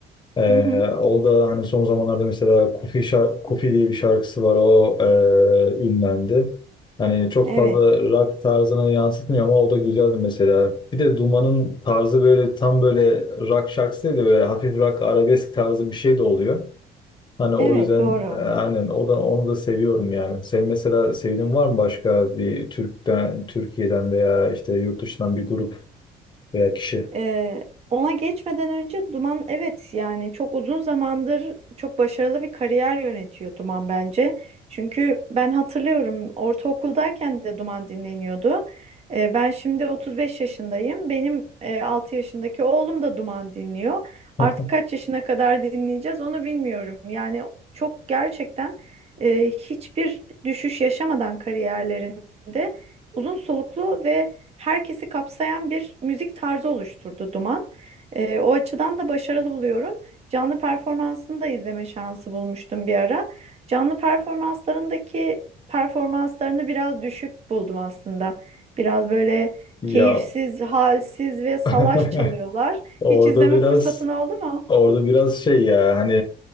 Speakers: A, on the left; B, on the right.
A: E,
B: Hı hı.
A: o da hani son zamanlarda mesela Kufi, şar- Kufi diye bir şarkısı var. O e, ünlendi. Hani çok
B: Evet.
A: fazla rock tarzına yansıtmıyor ama o da güzeldi mesela. Bir de Duman'ın tarzı böyle tam böyle rock şarkısı değil de böyle hafif rock arabesk tarzı bir şey de oluyor. Hani o
B: Evet
A: yüzden
B: doğru.
A: e, aynen o da onu da seviyorum yani. Sen mesela sevdiğin var mı başka bir Türk'ten, Türkiye'den veya işte yurt dışından bir grup veya kişi?
B: Ee, ona geçmeden önce Duman evet yani çok uzun zamandır çok başarılı bir kariyer yönetiyor Duman bence. Çünkü ben hatırlıyorum ortaokuldayken de Duman dinleniyordu. Ee, ben şimdi 35 yaşındayım. Benim e, 6 yaşındaki oğlum da Duman dinliyor.
A: Heh.
B: Artık kaç yaşına kadar dinleyeceğiz onu bilmiyorum. Yani çok gerçekten e, hiçbir düşüş yaşamadan kariyerlerinde uzun soluklu ve herkesi kapsayan bir müzik tarzı oluşturdu Duman. Ee, o açıdan da başarılı buluyorum. Canlı performansını da izleme şansı bulmuştum bir ara. Canlı performanslarındaki performanslarını biraz düşük buldum aslında. Biraz böyle
A: Ya
B: keyifsiz, halsiz ve salaş
A: <laughs>
B: çalıyorlar.
A: orada
B: Hiç izleme
A: biraz
B: fırsatın oldu mu?
A: Orada biraz şey ya hani